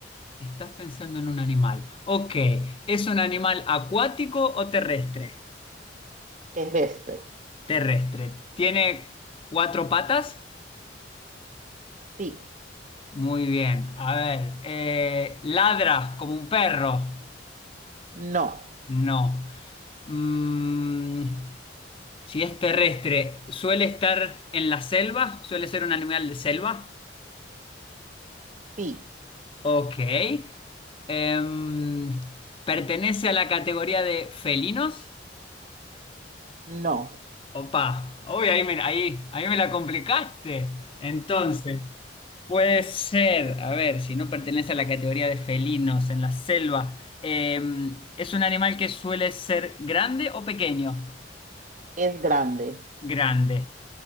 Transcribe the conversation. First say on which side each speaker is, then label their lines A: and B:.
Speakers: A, on the left; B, on the right.
A: estás pensando en un animal. Ok, ¿es un animal acuático o terrestre?
B: terrestre.
A: Terrestre. ¿Tiene cuatro patas?
B: Sí,
A: Muy bien. A ver, eh, ¿ladra como un perro?
B: no,
A: No. Mm, Si es terrestre, ¿suele estar en la selva? ¿Suele ser un animal de selva?
B: sí,
A: Ok. Em, ¿pertenece a la categoría de felinos?
B: no.
A: Opa, uy, ahí me, ahí, ahí me la complicaste. Entonces, puede ser, a ver, si no pertenece a la categoría de felinos en la selva, em, ¿es un animal que suele ser grande o pequeño?
B: Es grande,
A: Grande.